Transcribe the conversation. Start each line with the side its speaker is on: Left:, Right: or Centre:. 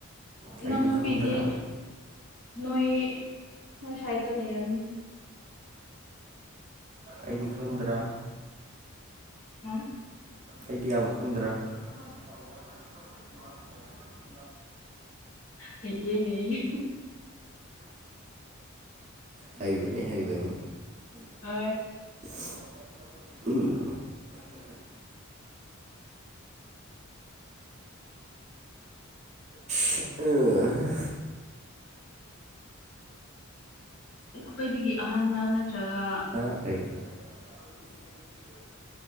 Right: ꯑꯩꯗꯤ
Left: ꯏꯅꯥꯎꯅꯨꯄꯤꯗꯤ
Right: ꯈꯪꯗ꯭ꯔꯥ
Left: ꯅꯣꯏ ꯅꯣꯏ ꯁꯥꯏꯠꯇ ꯂꯩꯔꯝꯅꯤ
Right: ꯑꯩꯗꯤ ꯈꯪꯗ꯭ꯔꯥ
Left: ꯍꯥ
Right: ꯑꯩꯗꯤ ꯌꯥꯝ ꯈꯪꯗ꯭ꯔꯥ <unintelligible>
Left: ꯍꯥꯌꯦꯍꯥꯌꯦ
Right: ꯍꯩꯕꯅꯤ ꯍꯩꯕꯅꯤ
Left: ꯑ
Right: <unintelligible> ꯎꯝ <unintelligible>
Left: ꯎ ꯈꯣꯏꯗꯒꯤ ꯑꯍꯥꯟꯕꯅ ꯅ꯭ꯔꯒ
Right: ꯅ ꯀꯔꯤ <unintelligible>